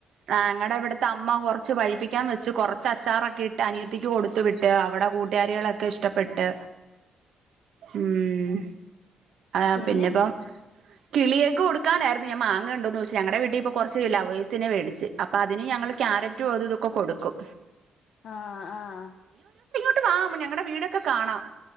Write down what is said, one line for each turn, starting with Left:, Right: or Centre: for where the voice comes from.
Right: ഞങ്ങടെ ഇവിടുത്തെ അമ്മ കൊറച്ച് പഴിപ്പിക്കാൻ വെച്ച് കൊറച്ച് അച്ചാറൊക്കെ ഇട്ട് അനിയത്തിക്ക് കൊടുത്തു വിട്ട് അവിടെ കൂട്ടാ കാരികളൊക്കെ ഇഷ്ടപ്പെട്ട് ഉം ആഹ്
Left: പിന്നെ
Right: പിന്നെപ്പം കിളിയേക്ക് കൊടുക്കാനായിരുന്നു ഞാൻ മാങ്ങ ഉണ്ടോന്ന് ചോയ്ച്ച് ഞങ്ങടെ വീട്ടി ഇപ്പ കൊറച്ച് ലൗവേഴ്സ്നെ വേടി ച്ച് അപ്പൊ അതിന് ഞങ്ങള് ക്യാരറ്റും അതും ഇതൊക്കെ കൊടുക്കും
Left: ആഹ് ആഹ്
Right: ട്ട് വാ മ് ഞങ്ങടെ വീടൊക്കെ കാണാം.